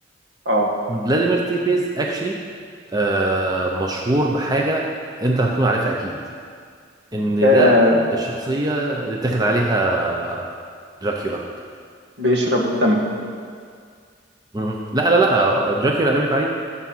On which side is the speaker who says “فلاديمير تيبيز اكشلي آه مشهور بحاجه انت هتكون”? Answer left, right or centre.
Right